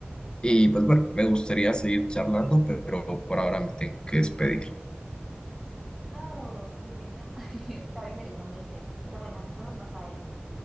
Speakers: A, on the left; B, in the centre.
A: Y pues bueno, me gustaría seguir charlando, pero por ahora me tengo que despedir.
B: Oh, qué pena. <laughs> Estaba interesante el tema. Pero bueno, nos vemos más adelante.